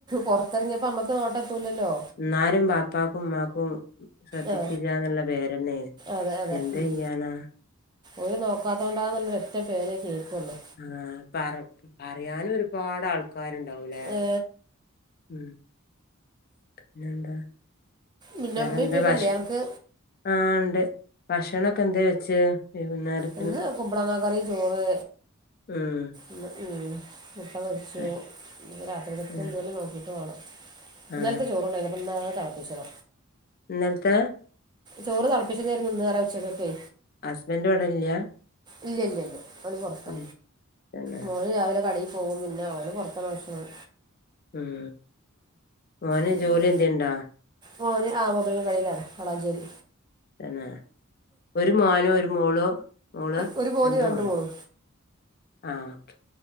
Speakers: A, on the right (about 20°); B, on the left (about 45°).
A: പൊറത്തെറങ്ങ്യപ്പോ നമ്മക്ക് നോട്ട എത്തൂലല്ലോ.
B: ഇന്നാലും പാപ്പാക്കും ഇമ്മാക്കും ശ്രദ്ധിച്ചില്ല
A: ആ
B: ഇന്ന്ള്ള പേരെന്നേണ്.
A: അതെ അതെ
B: എന്തെയ്യാനാ
A: ഉം. ഓല് നോക്കാതൊണ്ടന്ന്ള്ളരു ഒറ്റ പേരെ കേക്കൊള്ളു.
B: ആഹ് പറി. പറയാനു ഒരുപാട് ആൾക്കാരുണ്ടാവൂലേ.
A: ഏ,
B: ഉം <inaudible> പിന്നെന്താ
A: പിന്നെ
B: വേറെ
A: അമ്മ
B: എന്താ
A: ഇപ്പൊക്കെ
B: ഭാഷ
A: ഇല്ലേ എനിക്ക്
B: ആഹ ഉണ്ട് ഭക്ഷണൊക്കെ എന്താ വെച്ച് വൈകുന്നേരം
A: ഇന്ന് കുമ്പളങ്ങാ കറി ചോറ്
B: ഉം
A: ഉം മുട്ട പൊരിച്ചു
B: തെ-
A: രാത്രികത്ത്
B: ഉം.
A: എന്തെകിലും നോക്കിട്ട് വേണം
B: ആ
A: ഇന്നലത്തെ ചോറണ്ടായിരുന്നു ഇപ്പോ ഇന്ന് അത് തളപ്പിച്ചത
B: ഇന്നലത്തെ
A: ചോറ് തിളപ്പിച്ചതരുന്നു ഇന്ന് ഉച്ചക്കൊക്ക
B: ഹസ്ബൻഡ് ഇവിടെ ഇല്ല
A: ഇല്ല ഇല്ല ഇല്ല അവര് പുറത്ത
B: ഉം തന്നെ
A: മോന് രാവിലെ കടയി പോകും പിന്നെ അവന് പുറത്താണ് ഭക്ഷണം
B: ഉം ഓന്
A: പിന്നെ
B: ജോലി എന്തേലുണ്ടോ
A: ആ ഓന് മൊബൈൽ കടയിലാണ് വാളാഞ്ചേരി
B: തന്നെ ഒരു മോനോ ഒരു മോളോ മോള്
A: ഒരു മോന് രണ്ടു
B: മോനോ
A: മോള്
B: ആ ഓക്കെ